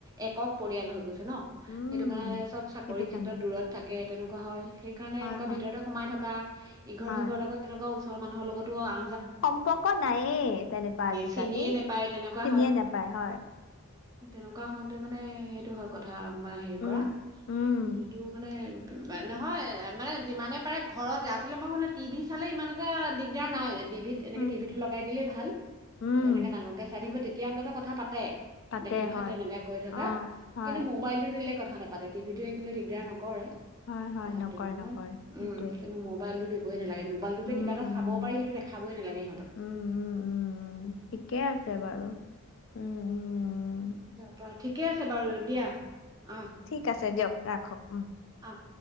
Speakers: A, on the right (about 15°); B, on the left (about 65°).
A: একক পৰিয়াল হৈ গৈছে। ন'
B: উম।
A: সেইটো কাৰণে চব চ চাকৰি
B: সেইটো
A: ক্ষেত্ৰত
B: কাৰণে
A: দূৰত থাকে। তেনেকুৱা হয়। সেইকাৰণে,
B: হয়,
A: এনেকুৱা
B: হয়,
A: ভিতৰতে সোমাই থকা ইঘৰ
B: হয়।
A: সিঘৰৰ লগত তেনেকুৱা ওচৰ মানুহৰ লগতো আ
B: সম্পৰ্ক নায়েই, তেনেকুৱা আজিকালি,
A: চিনিয়ে
B: চিনিয়ে
A: নোপায় তেনেকুৱা হয়
B: নাপায় হয়।
A: তেনেকুৱা হওঁতে মানে সেইটো হয় কথা আমাৰ হেৰি
B: উম,
A: কৰা
B: উম।
A: উ এইটো মানে নহয়। মানে, যিমানে পাৰে ঘৰতে আচলতে মই ভাবিলোঁ টিভি চালে ইমান এটা দিগদাৰ নাই। টিভিত এনেকে
B: উম,
A: টিভিত লগাই দিলেই ভাল
B: উম,
A: তেনেকোঙকে চাই থাকিব তে এতি অন্ততঃ কথা পাতে।
B: পাতে
A: দেখে নহয়
B: হয়।
A: তেনেকে কৰি থকা।
B: অ', হয়,
A: কিন্তু, মোবাইলতটো দিলে কথা নাপাতে। টিভিটোৱে কিন্তু দিগদাৰ নকৰে।
B: হয়, হয়,
A: কথা
B: নকৰে
A: পাতিব সময়ত
B: নকৰে সেইটোৱে।
A: উম, কিন্তু মোবাইলটো দিব বৈ নালাগে। মোবাইলটো
B: উম,
A: যে কিবা
B: উম,
A: এটা চাব পাৰি সেইটো দেখাবই নালাগে সিহঁতক।
B: উম, উম, উম, উম, ঠিকে আছে বাৰু। উম, উম, উম।
A: তাৰ পৰা, ঠিকে আছে বাৰু দিয়া, অ'!
B: ঠিক আছে দিয়ক ৰাখক উ।
A: অঁ